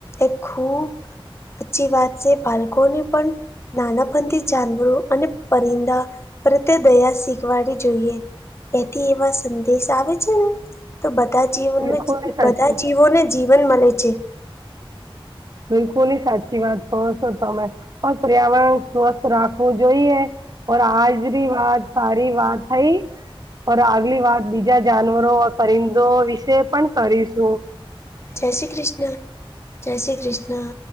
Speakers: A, on the left; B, on the right.
A: એ ખૂબ અચ્છી વાત છે બાળકોને પણ નાનાપથી જાનવરો અને પરિંદા પ્રત્યે દયા શીખવાવી જોઈએ એથી એવા સંદેશ આવે છે ને તો બધા જીવનમાં
B: બિલકુલ સાચી
A: બધા જીવોને જીવન મળે છે
B: બિલકુલ ની સાચી વાત કહો છો તમે પણ પર્યાવરણ સ્વસ્થ રાખવું જોઈએ ઓ આજની વાત સારી વાત થઈ આગલી વાત બીજા જાનવરો પરિંદો વિશે પણ કરીશું
A: જય શ્રી કૃષ્ણ જય શ્રી કૃષ્ણ